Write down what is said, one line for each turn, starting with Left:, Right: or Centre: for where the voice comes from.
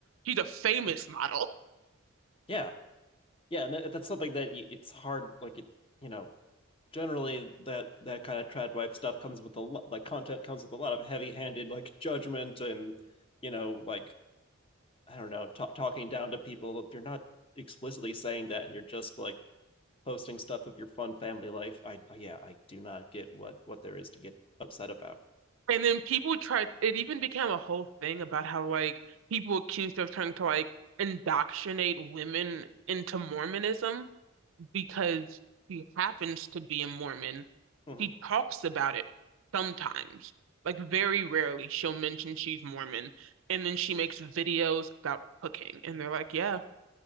Right: she's a famous model.
Left: Yeah. Yeah, and that- that's something that y- it's hard like it, you know, generally that that kind of trad wife stuff comes with a lot like content comes with a lot of heavy-handed like judgment and you know, like I don't know, ta talking down to people if you're not explicitly saying that and you're just like posting stuff of your fun family life. I I- yeah, I do not get what what there is to get upset about.
Right: And then people tried, it even became a whole thing about how, like, people accused of trying to, like, indoctrinate women into Mormonism because she happens to be a Mormon.
Left: Mhm.
Right: She talks about it sometimes, like, very rarely she'll mention she's Mormon. And then she makes videos about cooking. And they're like, yeah.